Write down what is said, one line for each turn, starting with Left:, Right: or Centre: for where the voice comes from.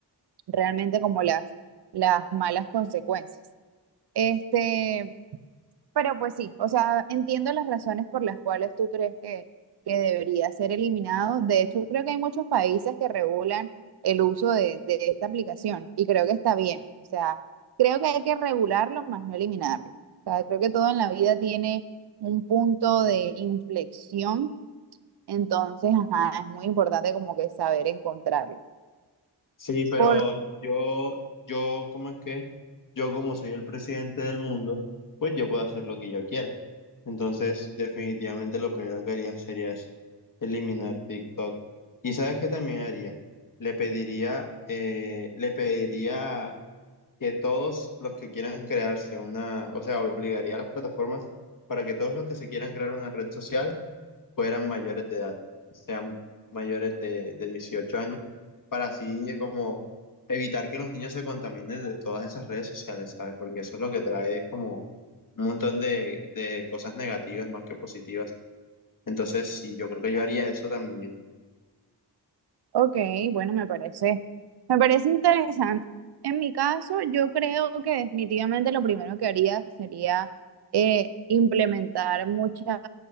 Right: realmente como las, las malas consecuencias. Este, pero pues sí, o sea, entiendo las razones por las cuales tú crees que, que debería ser eliminado. De hecho, creo que hay muchos países que regulan el uso de, de esta aplicación y creo que está bien. O sea, creo que hay que regularlo más no eliminarlo. O sea, creo que todo en la vida tiene un punto de inflexión, entonces, ajá, es muy importante como que saber encontrarlo.
Left: Sí, pero
Right: Por,
Left: yo, yo, ¿cómo es que? yo como soy el presidente del mundo, pues yo puedo hacer lo que yo quiera. Entonces, definitivamente lo primero que haría sería es eliminar TikTok. ¿Y sabes qué también haría? Le pediría, eh, le pediría que todos los que quieran crearse una, o sea, obligaría a las plataformas para que todos los que se quieran crear una red social fueran mayores de edad, sean mayores de, de 18 años, para así como evitar que los niños se contaminen de todas esas redes sociales, ¿sabes? Porque eso es lo que trae como un montón de, de cosas negativas más que positivas. Entonces, sí, yo creo que yo haría eso también.
Right: Ok, bueno, me parece, me parece interesante. En mi caso, yo creo que definitivamente lo primero que haría sería eh, implementar muchas